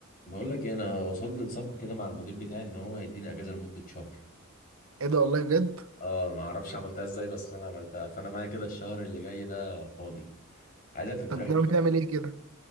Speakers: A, on the left; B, on the right.
A: بقول لك إيه، انا وصلت للصفقه كده مع المدير بتاعي ان هو هيديني اجازه لمده شهر
B: ايه ده والله بجد
A: اه ما اعرفش عملتها ازاي بس انا عملتها فانا معايا كده الشهر اللي جاي ده فاضي عايزك تقترح
B: طب
A: لي
B: ناوي
A: شويه
B: تعمل ايه كده